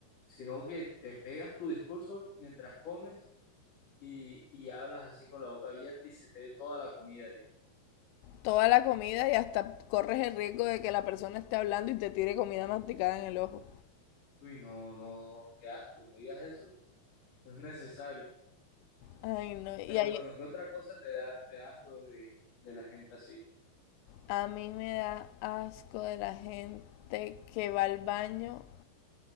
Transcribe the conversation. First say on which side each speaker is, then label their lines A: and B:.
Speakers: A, on the left (about 45°); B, on the left (about 85°).
A: Sino que te pegas tu discurso mientras comes y, y hablas así con la boca abierta y se te ve toda la comida ahí.
B: Toda la comida y hasta corres el riesgo de que la persona esté hablando y te tire comida masticada en el ojo.
A: Uy, no, no, no, qué asco, no digas eso. No es necesario.
B: Ay, no, y
A: Pero
B: ahí
A: bueno, ¿qué otra cosa te da, te da asco de, de la gente así?
B: a mí me da asco de la gente que va al baño